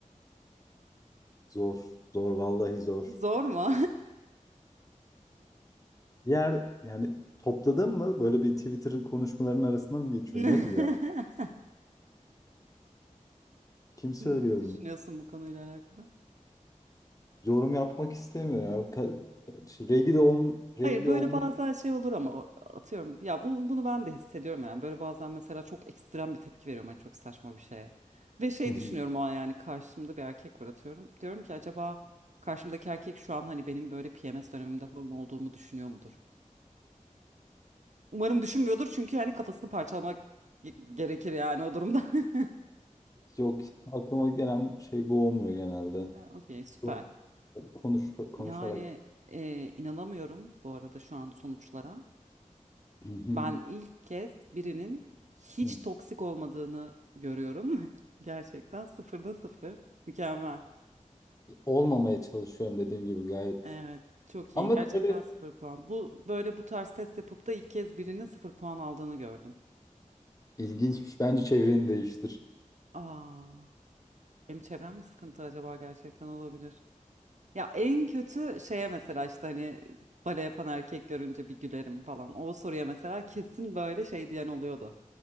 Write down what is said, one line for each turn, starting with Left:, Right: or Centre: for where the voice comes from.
Left: Zor. Zor vallahi zor.
Right: Zor mu?
Left: Yer yani topladın mı? Böyle bir Twitter konuşmalarının arasında mı geçiyor?
Right: <laughs>
Left: Ne bu ya? Kim söylüyor
Right: Ne düşünüyorsun
Left: bunu?
Right: bu konuyla alakalı?
Left: Yorum yapmak istemiyor ya. Ka- şu Regli, ol, regli
Right: Hayır böyle
Left: olmuş.
Right: bazen şey olur ama o- atıyorum ya bu, bunu ben de hissediyorum yani böyle bazen mesela çok ekstrem bir tepki veriyorum hani çok saçma bir şeye. Ve şey
Left: Hı hı.
Right: düşünüyorum o an yani karşımda bir erkek var atıyorum. Diyorum ki acaba karşımdaki erkek şu an hani benim böyle PMS dönemimde falan olduğumu düşünüyor mudur? Umarım düşünmüyordur çünkü yani kafasını parçalamak ge- gerekir yani o durumda. <laughs>
Left: Yok aklıma gelen şey bu olmuyor genelde.
Right: Ha, Okey süper.
Left: Bu- Konuş, konuşarak.
Right: Yani e, inanamıyorum bu arada şu an sonuçlara.
Left: Hı hı.
Right: Ben ilk kez birinin hiç
Left: Hı.
Right: toksik olmadığını görüyorum. <laughs> Gerçekten sıfırda sıfır. Mükemmel.
Left: Olmamaya çalışıyorum dediğim gibi gayet.
Right: Evet çok
Left: Ama
Right: iyi gerçekten
Left: tabii
Right: sıfır puan. Bu böyle bu tarz test yapıp da ilk kez birinin sıfır puan aldığını gördüm.
Left: ilginçmiş. Bence çevreni değiştir.
Right: Aa, benim çevrem mi sıkıntı acaba gerçekten olabilir. Ya en kötü şeye mesela işte hani bale yapan erkek görünce bir gülerim falan. O soruya mesela kesin böyle şey diyen oluyordu.